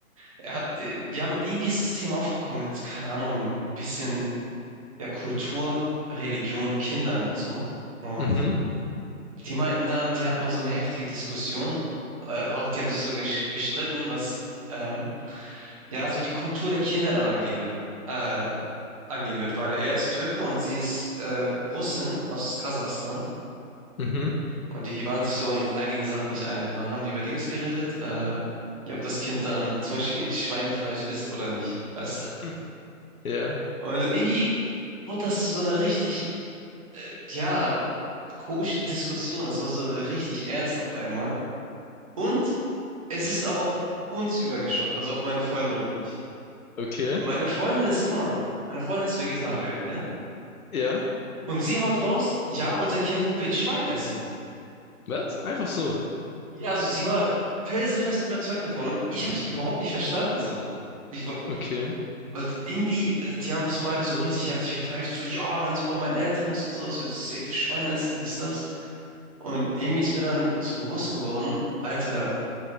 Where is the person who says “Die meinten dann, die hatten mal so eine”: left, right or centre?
Right